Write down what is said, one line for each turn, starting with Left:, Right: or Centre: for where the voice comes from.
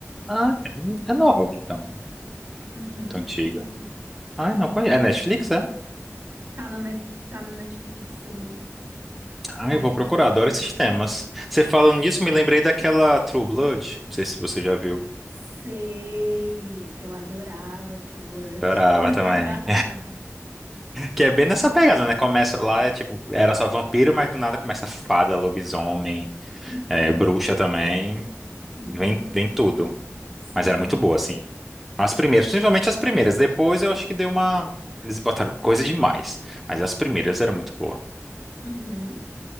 Centre: Ah, é é nova, então.
Right: Uhum,
Centre: Tão antiga.
Right: uhum.
Centre: Ai, não conheço. É Netflix, é?
Right: Tá na, Nef- tá na Netflix, sim.
Centre: Ah,
Right: Ai,
Centre: eu vou
Right: é
Centre: procurar,
Right: incrível.
Centre: adoro esses temas. Você falando nisso, me lembrei daquela True Blood. Não sei se você já viu.
Right: Sei, eu adorava True Blood.
Centre: Adorava
Right: <laughs>
Centre: também. Que é bem nessa pegada, né? Começa lá, é tipo, era só vampiro, mas do nada começa fada, lobisomem,
Right: Uhum,
Centre: é, bruxa também.
Right: uhum,
Centre: Vem, vem tudo.
Right: sim,
Centre: Mas era muito boa, assim. As primeiras, principalmente as primeiras. Depois eu acho que deu uma. Eles botaram coisa demais. Mas as primeiras eram muito boa.
Right: uhum.